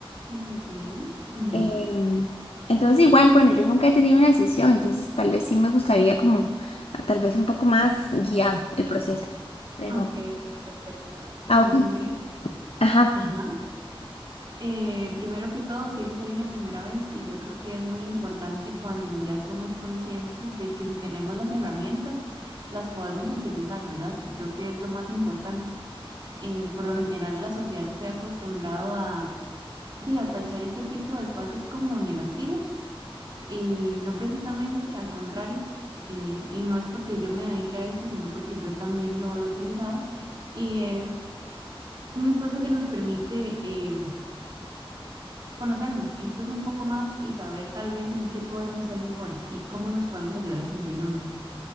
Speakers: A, on the right; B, on the left.
A: muy bien. ujú.
B: Em, entonces igual, bueno, yo nunca he tenido una sesión, entonces tal vez sí me gustaría como, ah, tal vez un poco más guiado el proceso. Pero
A: Ok, ok, perfecto. Bueno,
B: ahora,
A: primero,
B: ajá,
A: ajá. Eh, primero que todo, siempre hay una primera vez y yo creo que es muy importante cuando ya somos conscientes de que si tenemos las herramientas, las podemos utilizar, ¿verdad? Que creo que es lo más importante. Eh, por lo general, la sociedad se ha acostumbrado a, di, a tachar este tipo de espacios como negativos y no precisamente al contrario. eh, y no es porque yo me dedique a esto, sino porque yo también lo he utilizado y es un espacio que nos permite... eh, conocernos incluso un poco más y saber tal vez en qué podemos ser mejores y cómo nos podemos ayudar a sentirnos mejor.